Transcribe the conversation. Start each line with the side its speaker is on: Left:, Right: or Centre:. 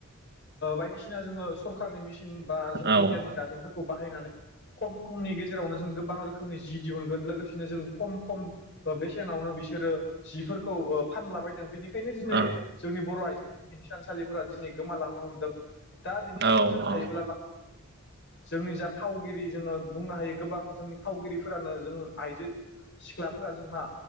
Left: बायदिसिना जोङो सरकारनि मिन बा
Right: औ
Left: जों बिगियाननि
Right: ओं
Left: दाजेमफोरखौ बाहायनानै खम समनि गेजेरावनो जों गोबां रोखोमनि जि दिहुनगोन लोगोसेनो जों खम खम बेसेनावनो बिसोरो जिफोरखौ फानलाबायदों बेनिखायनो बेखायनो दिनै
Right: औ
Left: जोंनि बर' आइजोफोर हिसानसालिफोरा दिनै गोमालांनो हमदों दा बेनिखायनो
Right: औ
Left: जों
Right: ओं
Left: हायोब्ला बा जोंनि जा फावगिरि जोङो बुंनो हायो गोबां जोंनि फावगिरिफोरानो जों आइजो सिख्लाफोरा जोंहा